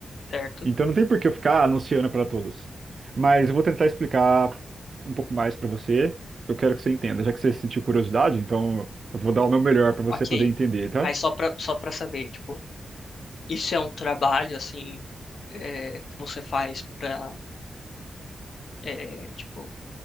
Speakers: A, on the left (about 65°); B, on the right (about 45°).
A: Certo.
B: Então não tem por que eu ficar anunciando para todos. Mas eu vou tentar explicar um pouco mais para você. Eu quero que você entenda, já que você sentiu curiosidade, então eu vou dar o meu melhor para você
A: Ok.
B: poder entender, tá?
A: Mas só pra, só pra saber, tipo, isso é um trabalho, assim, é, que você faz pra, é, tipo,